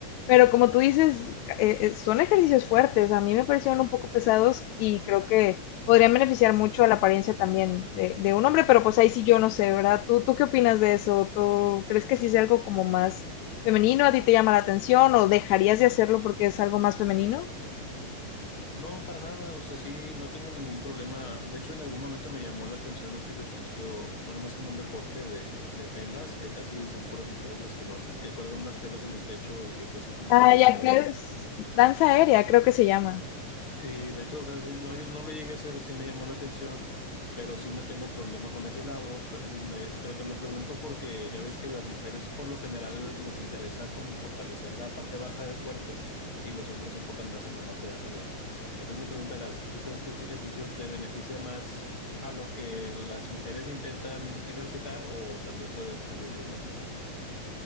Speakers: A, on the left; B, on the left.
A: pero como tú dices, ca- eh, eh, son ejercicios fuertes. A mí me parecieron un poco pesados y creo que podrían beneficiar mucho a la apariencia también de, de un hombre, pero pues ahí sí yo no sé, ¿verdad? ¿Tú, tú qué opinas de eso? ¿Tú crees que sí es algo como más femenino a ti te llama la atención o dejarías de hacerlo porque es algo más femenino?
B: No, para nada, o sea, sí, no tengo ningún problema. De hecho, en algún momento me llamó la atención este ejercicio, bueno, más como un deporte de, de telas, que casi son puras mujeres las que lo hacen, que cuelgan unas telas en el techo y empiezan como
A: Ah,
B: a bailar
A: Ah, ya ok.
B: ahí
A: creo,
B: arriba.
A: danza aérea, creo que se llama.
B: Sí, de hecho, o sea, sí, no, yo no lo llegué a hacer, sí me llamó la atención, pero sí no tengo problema con ese lado. pe- me- pero te lo pregunto porque ya ves que las mujeres por lo general les interesa como fortalecer la parte baja del cuerpo y los hombres se enfocan más en la parte de arriba. Entonces mi pregunta era, ¿tú crees que este ejercicio te beneficia más a lo que las mujeres intentan ejercitar o también puede servirle a un hombre?